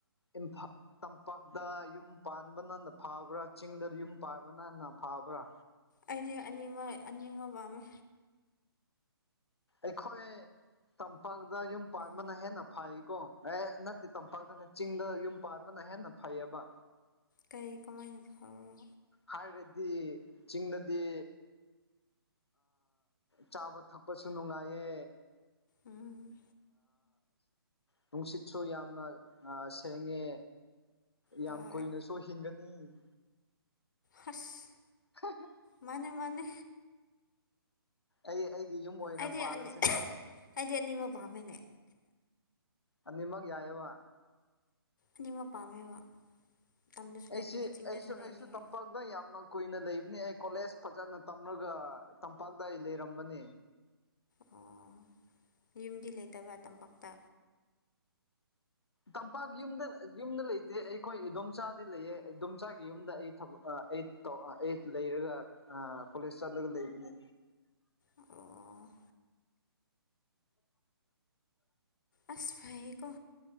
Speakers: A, on the left; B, on the left.
A: ꯏꯝꯐꯥ ꯇꯝꯄꯥꯛꯇ ꯌꯨꯝ ꯄꯥꯟꯕꯅꯅ ꯐꯥꯕ꯭ꯔꯥ ꯆꯤꯡꯗ ꯌꯨꯝ ꯄꯥꯟꯕꯅ ꯐꯥꯕ꯭ꯔꯥ
B: ꯑꯩꯗꯤ ꯑꯅꯤꯕ ꯑꯅꯤꯡꯕ ꯄꯥꯝꯃꯦ
A: ꯑꯩꯈꯣꯏ ꯇꯝꯄꯥꯛꯇ ꯌꯨꯝ ꯄꯥꯟꯕꯅ ꯍꯦꯟꯅ ꯐꯩꯀꯣ ꯑꯦ ꯅꯠꯇꯦ ꯇꯝꯄꯥꯛꯇ ꯆꯤꯡꯗ ꯌꯨꯝ ꯄꯥꯟꯕꯅ ꯍꯦꯟꯅ ꯐꯩꯌꯦꯕ
B: ꯀꯩ ꯀꯃꯥꯏꯅ ꯐꯥꯎꯔꯣ
A: ꯍꯥꯏꯔꯗꯤ ꯆꯤꯡꯗꯗꯤ ꯆꯥꯕ ꯊꯛꯄꯁꯨ ꯅꯨꯡꯉꯥꯏꯌꯦ
B: ꯎꯝ
A: ꯅꯨꯡꯁꯤꯠꯁꯨ ꯌꯥꯝꯅ ꯁꯦꯡꯉꯦ ꯌꯥꯝ
B: ꯍꯣꯏ
A: ꯀꯨꯏꯅꯁꯨ ꯍꯤꯡꯒꯅꯤ
B: ꯍꯁ
A: <unintelligible>
B: ꯃꯥꯅꯦ ꯃꯥꯅꯦ
A: ꯑꯩ ꯑꯩꯒꯤ ꯌꯨꯝ ꯑꯣꯏꯅ
B: ꯑꯩꯗꯤ
A: ꯄꯥꯜꯂꯁꯦ
B: ꯑꯅꯤ ꯑꯩꯗꯤ ꯑꯅꯤꯃꯛ ꯄꯥꯝꯃꯦꯅꯦ
A: ꯑꯅꯤꯃꯛ ꯌꯥꯏꯑꯦꯕ
B: ꯑꯅꯤꯃꯛ ꯄꯥꯝꯃꯦꯕ ꯇꯝꯗꯁꯨ
A: ꯑꯩꯁꯤ
B: ꯂꯩꯅꯤꯡꯉꯤ ꯆꯤꯡꯗꯁꯨ
A: ꯑꯩꯁꯨ
B: ꯂꯩꯅꯤꯡꯉꯤ
A: ꯑꯩꯁꯨ ꯇꯝꯄꯥꯛꯇ ꯌꯥꯝꯅ ꯀꯨꯏꯅ ꯂꯩꯕꯅꯤ ꯑꯩ ꯀꯣꯂꯦꯖ ꯐꯖꯅ ꯇꯝꯂꯒ ꯇꯝꯄꯥꯛꯇ ꯑꯩ ꯂꯩꯔꯝꯕꯅꯤ
B: ꯑꯣ ꯌꯨꯝꯗꯤ ꯂꯩꯇꯕ ꯇꯝꯄꯥꯛꯇ
A: ꯇꯝꯄꯥꯛꯀꯤ ꯌꯨꯝꯗ ꯌꯨꯝꯗ ꯂꯩꯇꯦ ꯑꯩꯈꯣꯏ ꯏꯗꯣꯝꯆꯥꯗꯤ ꯂꯩꯌꯦ ꯏꯗꯣꯝꯆꯥꯒꯤ ꯌꯨꯝꯗ ꯑꯩ ꯊꯕꯛ ꯑꯩ ꯇꯧ ꯑꯩ ꯂꯩꯔꯒ ꯀꯣꯂꯦꯖ ꯆꯠꯂꯒ ꯂꯩꯕꯅꯦ
B: ꯑꯣ ꯑꯁ ꯐꯩꯌꯦꯀꯣ